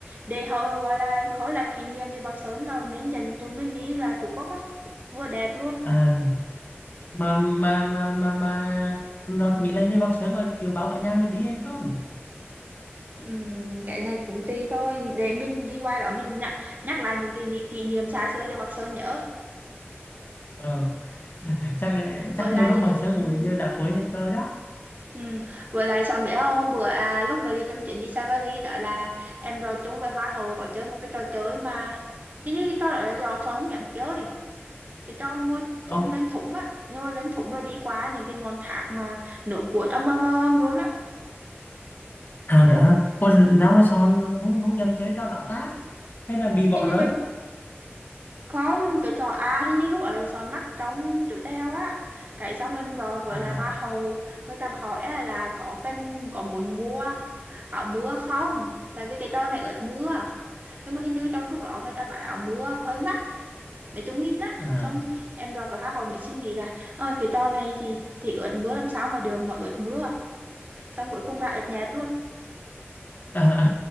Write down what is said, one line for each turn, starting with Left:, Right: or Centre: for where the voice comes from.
Right: để họ gọi là khởi lại kỷ niệm thì Bắc Sơn là nên dành tụi mình đi lại Phú Quốc á vừa đẹp luôn
Left: à, mà mà mà mà mà Nọt nghĩ lên đi bác sớm rồi chiều báo cả nhà mình đi hay không
Right: Ừm, cái này cũng tùy thôi để mình đi qua đó mình nhắc, nhắc lại những kỷ, ni- kỷ niệm xa xưa cho bác Sơn nhớ
Left: ờ, <laughs> chắc chắc
Right: với
Left: chắc
Right: lại
Left: nhiều lúc bác sớm rồi
Right: ừm,
Left: như đã cuối được rồi đó
Right: ừm, với lại Sơn biết không hôm bữa à, lúc mà đi trong chuyến đi Safari đó là em rồi chung với Hoa hậu có chơi một cái trò chơi mà hình như cái trò đó là do Sơn không dám chơi cái trò mà ngồi
Left: Ồ,
Right: chúng lên thủng á ngồi lên thủng rồi đi qua những cái ngọn thác mà nước cuộn âm âm âm âm luôn á
Left: à đã con ra mà sao không không dám chơi trò đó ta hay là bị
Right: hình
Left: bỏ
Right: như
Left: rơi
Right: không cái trò à hình như lúc ở là soi mắt trong tụi tao á cái xong em rồi với
Left: à
Right: lại hoa hậu người ta hỏi á là có kênh có muốn mua áo mưa không tại vì cái trò này ướt mưa nhưng mà hình như trong lúc đó người ta bảo áo mưa hơi mắc mấy chục nghìn á
Left: à
Right: xong em rồi với hoa hậu mới suy nghĩ là ơi cái trò này thì thì ướt mưa làm sao mà được mà ướt mưa xong cuối cùng lại ướt nhẹp luôn
Left: à, à.